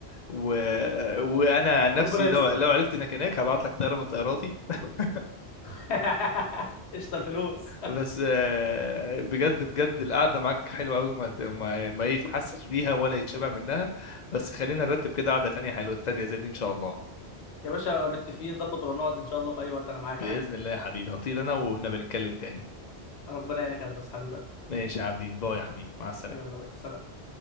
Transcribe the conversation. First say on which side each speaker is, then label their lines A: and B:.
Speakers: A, on the left; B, on the left.
A: و... وانا عن نفسي
B: ربنا يستر
A: لو لو عرفت انك هناك هبعت لك طياره من طياراتي <laughs>
B: <laughs> قشطة الفلوس
A: بس آه بجد بجد القعده معاك حلوه قوي ما ما ما يتحسش بيها ولا يتشبع منها بس خلينا نرتب كده قعده تانية حلوه تانية زي دي ان شاء الله
B: <laughs> يا باشا متفقين ظبط ولا نقعد إن شاء الله في أي وقت أنا معاك
A: باذن
B: عادي
A: الله يا حبيبي هطير انا وقلنا بنتكلم تاني
B: ربنا يعينك يا هندسة حبيب قلبي
A: ماشي يا عابدين باي يا حبيبي مع السلامه
B: يلا يا باشا سلام